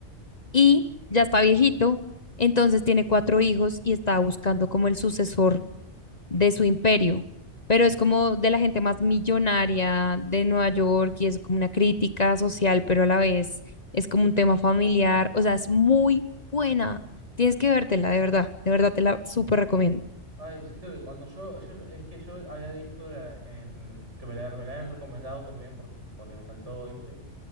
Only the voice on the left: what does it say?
y ya está viejito, entonces tiene cuatro hijos y está buscando como el sucesor de su imperio, pero es como de la gente más millonaria de Nueva York y es como una crítica social, pero a la vez es como un tema familiar, o sea, es muy buena. Tienes que vértela, de verdad, de verdad te la súper recomiendo.